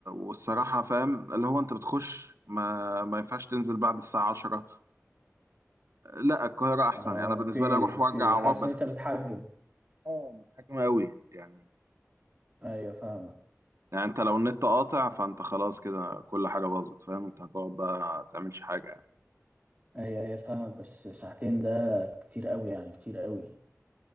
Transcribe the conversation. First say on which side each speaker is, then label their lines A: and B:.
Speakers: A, on the right; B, on the right.
A: والصراحه فاهم اللي هو انت بتخش ما ما ينفعش تنزل بعد الساعه 10 لا القاهره احسن
B: اه
A: يعني انا
B: اوكي
A: بالنسبه لي اروح
B: اوكي
A: وارجع
B: حاسس
A: واقعد بس
B: ان انت بتحجم
A: اه متحكمه قوي يعني
B: ايوه فاهمك
A: يعني انت لو النت قاطع فانت خلاص كده كل حاجه باظت فاهم انت هتقعد بقى ما تعملش حاجه يعني
B: ايوه ايوه فاهمك بس ساعتين ده كتير قوي يعني كتير قوي